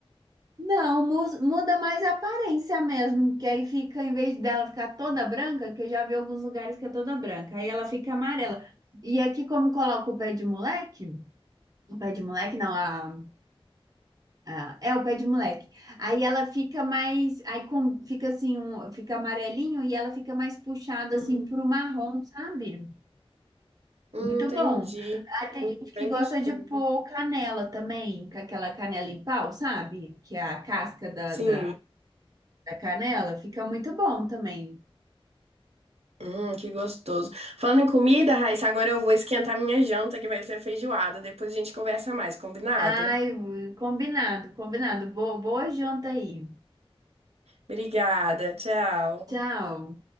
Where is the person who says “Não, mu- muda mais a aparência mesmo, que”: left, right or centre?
Right